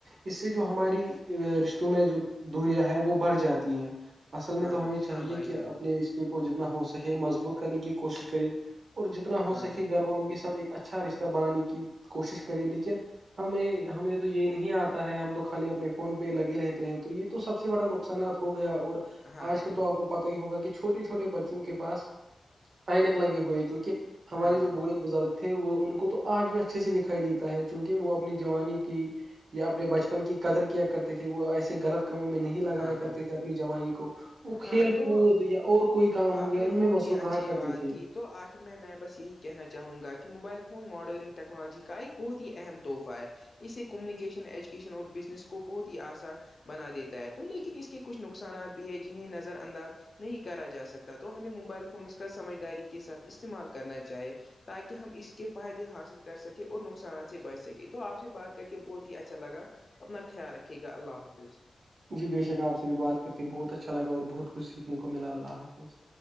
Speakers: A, on the right; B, on the left.
A: اس سے جو ہماری رشتوں میں جو دوریاں ہے وہ بڑھ جاتی ہیں اصل میں
B: ہاں
A: تو ہمیں چاہیے
B: ہاں بھائی
A: کہ
B: جان
A: اپنےاس کو جتنا ہو سکے مضبوط کرنے کی کوشش کرے اور جتنا ہو
B: ہاں
A: سکے گھر والوں کے ساتھ ایک اچھا رشتہ بنانے کی کوشش کرے لیکن ہمیں ہمیں تو یہ نہیں آتا ہے ہم تو خالی اپنے فون پہ لگے رہتے ہیں تو یہ تو سب سے بڑا نقصانات ہو گیا اور
B: ہاں
A: آج
B: ہاں
A: کل تو
B: ہاں
A: آپ کو پتا ہوگا کہ چھوٹے چھوٹے بچوں کے پاس عینک لگے ہوئے جو کہ ہمارے
B: ہاں ہاں
A: جو بوڑھے بزرگ تھے وہ ان کو تو آج بھی اچھے سے دکھائی دیتا ہے چونکہ وہ اپنی جوانی کی یا اپنے بچپن کی قدر کیا کرتے تھے وہ ایسے غلط کاموں میں نہیں لگایا
B: ہاں ہاں
A: کرتے
B: ہاں
A: تھے اپنی جوانی کو وہ
B: ہاں
A: کھیل
B: تو
A: کود یا اور کوئی کام ہو
B: آپ
A: گیا
B: نے
A: ان
B: بہت
A: میں مصروف
B: ہی اچھی
A: رہا کرتیےتھے
B: بات کی تو آخر میں میں بس یہی کہنا چاہوں گا کہ موبائل فون ماڈرن ٹیکنالوجی کا ایک بہت ہی اہم تحفہ ہے اس سے کمونیکیشن ایجوکیشن اور بزنس کو بہت ہی آسان بنا دیتا ہے تو لیکن اس کے کچھ نقصانات بھی ہیں جنہیں نظر انداز نہیں کرا جا سکتا سکتا تو ہمیں موبائل فونس کا سمجھداری کے ساتھ استعمال کرنا چاہے تاکہ ہم اس کے فائدے حاصل کر سکیں اور نقصانات سے بچ سکیں تو آپ سے بات کر کے بہت ہی اچھا لگا اپنا خیال رکھیے گا اللہ حافظ
A: جی بے شک آپ سے بھی بات کر کے بہت اچھا لگا اور بہت کچھ سیکھنے کو ملا اللہ حافظ